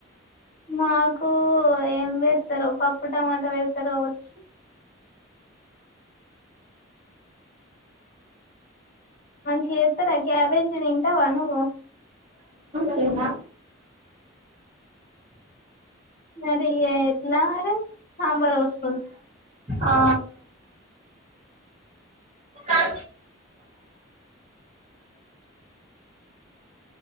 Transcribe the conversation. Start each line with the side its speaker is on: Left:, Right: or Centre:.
Left: మాకు ఏం పెడతారో పప్పు టమాటా పెడతారో వచ్చు మంచిగా చేరుతారా గ్యాబేజ్ తింటావా నువ్వు
Right: కేనా
Left: నరి ఇట్లా మరే సాంబార్ వోస్త
Right: ఆ ఆ